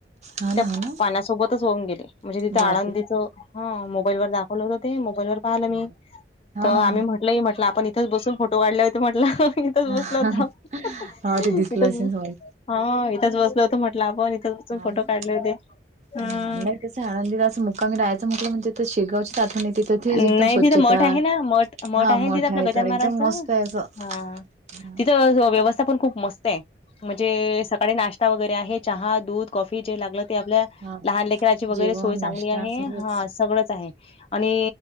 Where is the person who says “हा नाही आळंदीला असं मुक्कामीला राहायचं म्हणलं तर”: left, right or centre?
Right